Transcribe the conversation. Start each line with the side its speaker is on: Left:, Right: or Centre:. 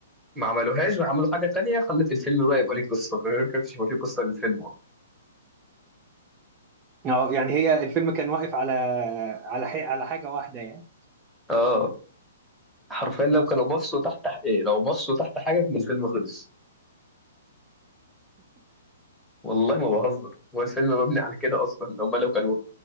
Centre: ما عملوهاش وعملوا حاجة تانية خلت الفيلم بقى يبقى ليه قصة غير كده مش هيبقى فيه قصة للفيلم اصلا
Right: اه يعني هي الفيلم كان واقف على على حي... على حاجه واحده يعني
Centre: اه حرفيا لو كانوا بصوا تحت ح- ايه لو بصوا تحت حاجة كان الفيلم خلص والله ما بهزر هو الفيلم مبني على كده اصلا ان هم لو كانوا